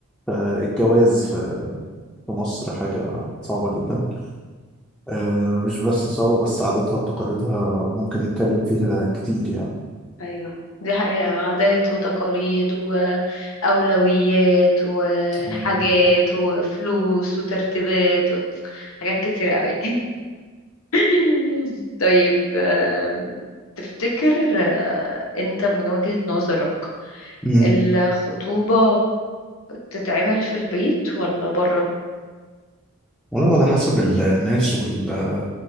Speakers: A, in the centre; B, on the left (about 65°).
A: فالجواز في في مصر حاجة صعبة جدا آه، مش بس صعبة بس عاداتها وتقاليدها ممكن نتكلم فيها كتير يعني
B: ايوه دي حقيقة عادات وتقاليد وأولويات وحاجات
A: مم.
B: وفلوس وترتيبات و... حاجات كتير قوي <laughs> طيب آم، تفتكر آه، انت من وجهة نظرك
A: مم.
B: الخطوبة تتعمل في البيت ولا بره؟
A: والله على حسب ال- الناس وال